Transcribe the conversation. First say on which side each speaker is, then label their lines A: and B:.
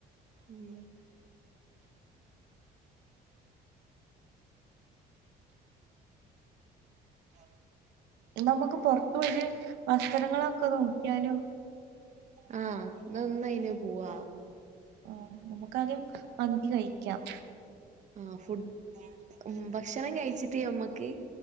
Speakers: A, on the right; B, on the right.
A: ഉം ആ
B: നമുക്ക് പുറത്ത് പോയിട്ട്. വസ്ത്രങ്ങളൊക്കെ നോക്കിയാലോ
A: ആ എന്ന ഇന്നയിന് പോവാ
B: ആ നമുക്കാദ്യം മന്തി കഴിക്കാം
A: ആ ഫുഡ് ഉ ഭക്ഷണം കഴിച്ചിട്ട്‌ ഞമ്മക്ക്